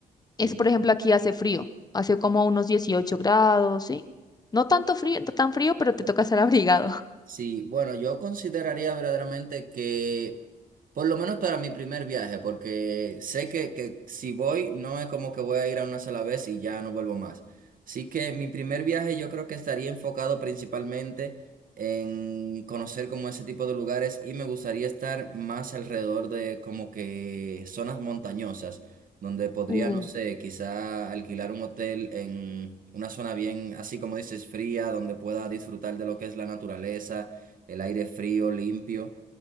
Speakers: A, on the left; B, on the right.
A: es,
B: sí.
A: por ejemplo, aquí hace frío, hace como unos 18 grados, ¿sí? No tanto frío, tan frío, pero te toca estar abrigado.
B: Sí, bueno, yo consideraría verdaderamente que, por lo menos para mi primer viaje, porque sé que, que si voy, no es como que voy a ir a una sola vez y ya no vuelvo más. Así que mi primer viaje yo creo que estaría enfocado principalmente en conocer como ese tipo de lugares y me gustaría estar más alrededor de como que zonas montañosas. donde podría,
A: <laughs>
B: no sé, quizá alquilar un hotel en una zona bien, así como dices, fría, donde pueda disfrutar de lo que es la naturaleza, el aire frío, limpio,